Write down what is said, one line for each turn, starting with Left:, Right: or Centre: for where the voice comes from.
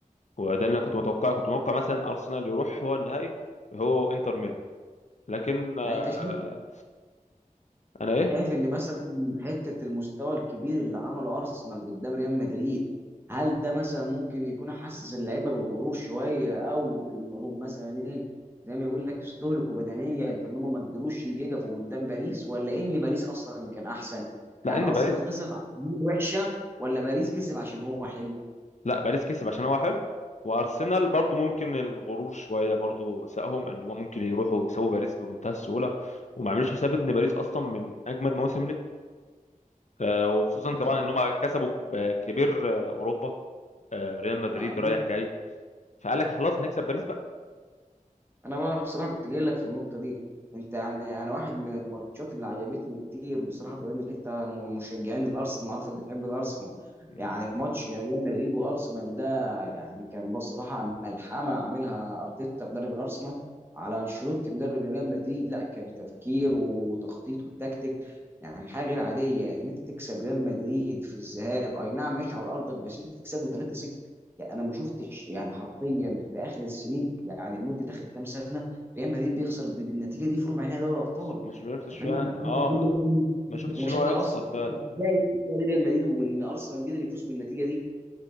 Left: وده اللي انا كنت متوقعه كنت متوقع مثلا ارسنال يروح هو النهائي هو انتر ميلان لكن آه
Right: يعني انت
Left: انا ايه
Right: شايف ان مثلا حته المستوى الكبير اللي عمله ارسنال قدام ريال مدريد هل ده مثلا ممكن يكون حسس اللعيبه بالغرور شويه او انهم مثلا ايه زي ما يقول لك استهلكوا بدنيا فان هم ما قدروش يقفوا قدام باريس ولا ان باريس اصلا اللي كان احسن
Left: لا
Right: يعني
Left: ان
Right: ارسنال
Left: باريس
Right: خسرت عشان هي وحشه ولا باريس كسب عشان هو حلو
Left: لا باريس كسب عشان هو حلو وارسنال برضو ممكن الغرور شويه برضو ساقهم ان هم ممكن يروحوا يكسبوا باريس بمنتهى السهوله وما عملوش حساب ان باريس اصلا من اجمد مواسم ليه آه، وخصوصا
Right: انت
Left: طبعا
Right: بتقول-
Left: ان هم كسبوا ك- كبير آه، اوروبا آه، ريال مدريد
Right: آه،
Left: رايح جاي فقال لك خلاص هنكسب باريس بقى
Right: انا بقى بصراحه كنت جاي لك في النقطه دي انت يعني انا واحد من الماتشات اللي عجبتني كتير بصراحه بما انك انت من مشجعين الارسنال عارفك بتحب الارسنال
Left: مم.
Right: يعني ماتش ريال مدريد وارسنال ده يعني كان بصراحه ملحمه عاملها ارتيتا مدرب الارسنال على انشيلوتي مدرب ريال مدريد لا كان تفكير وتخطيط وتكتيك يعني حاجه غير عاديه ان يعني انت تكسب ريال مدريد في الذهاب اي نعم ماشي على ارضك بس انت تكسبه 3-0 يعني انا ما شفتش يعني حرفيا في اخر السنين يعني المده داخل كام سنه ريال مدريد بيخسر ب- بالنتيجه دي في ربع نهائي دوري ابطال
Left: بس ما شفتش
Right: انت فاهمني
Left: فعلا
Right: فانت
Left: اه
Right: بتقول
Left: ما
Right: لي بقى
Left: ما
Right: انت
Left: شفتش
Right: كمشجع
Left: ان هو يخسر
Right: ارسنال
Left: فعلا
Right: ازاي بتقول ريال مدريد وان ارسنال قدر يفوز بالنتيجه دي